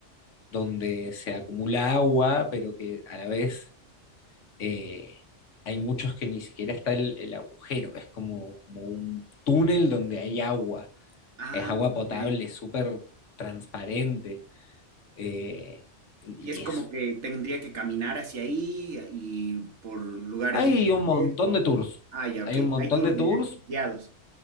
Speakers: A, on the left; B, on the right.
A: donde se acumula agua, pero que a la vez eh, hay muchos que ni siquiera está el, el agujero, es como, como un túnel donde hay agua,
B: Ah,
A: es agua potable,
B: ok.
A: súper transparente, eh, y
B: Y es como
A: es...
B: que tendría que caminar hacia ahí y por lugares
A: Hay
B: diferentes.
A: un montón
B: o-
A: de tours,
B: Ah, ya,
A: hay
B: ok.
A: un montón
B: Hay tours
A: de tours,
B: directos, guiados.